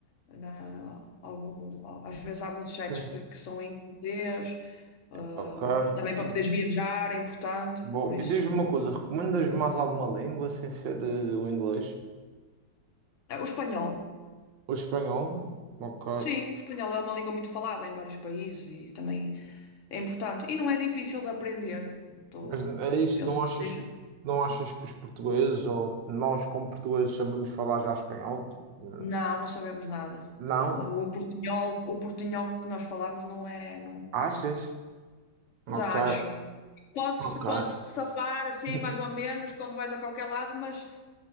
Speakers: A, on the left (about 45°); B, on the right (about 70°).
A: na- algum- às vezes há muitos
B: sim.
A: sites que, que são em inglês, ah,
B: Ok.
A: também para
B: E,
A: poderes viajar é importante,
B: bom,
A: por isso.
B: e diz-me uma coisa, recomendas mais alguma língua sem ser eh, o inglês?
A: Ah, O espanhol.
B: O espanhol? Ok.
A: Sim, o espanhol é uma língua muito falada em vários países e também é importante. E não é difícil de aprender. Tô-
B: Mas é isso,
A: penso
B: não achas,
A: que seja.
B: não achas que os portugueses ou nós como portugueses sabemos falar já espanhol? Tipo,
A: Não, não sabemos nada.
B: Não?
A: Ah, O portunhol, o portunhol que nós falamos não é, não,
B: Achas? Ok,
A: dá, acho. Podes,
B: ok.
A: podes te safar assim
B: <laughs>
A: mais ou menos quando vais a qualquer lado, mas